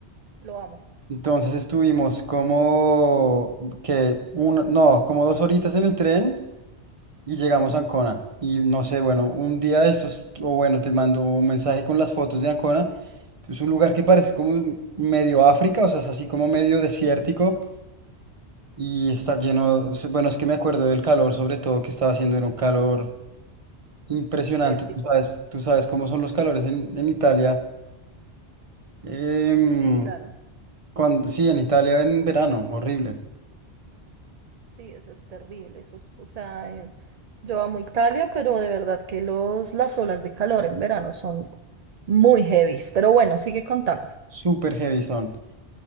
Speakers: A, on the right; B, on the right.
A: Lo amo.
B: Entonces estuvimos como que un, no, como dos horitas en el tren y llegamos a Ancona. Y no sé, bueno, un día de estos, o bueno, te mando un mensaje con las fotos de Ancona. Es un lugar que parece como medio África, o sea, es así como medio desértico y está lleno, o sea, bueno, es que me acuerdo del calor, sobre todo que estaba haciendo, era un calor impresionante.
A: Tétrico.
B: Tú sabes, tú sabes cómo son los calores en, en Italia. em,
A: Sí, claro.
B: cuando, sí, en Italia en verano, horrible.
A: Sí, eso es terrible. Eso es, o sea, en- yo amo Italia, pero de verdad que los, las olas de calor en verano son muy heavies. Pero bueno, sigue contando.
B: Súper heavy son.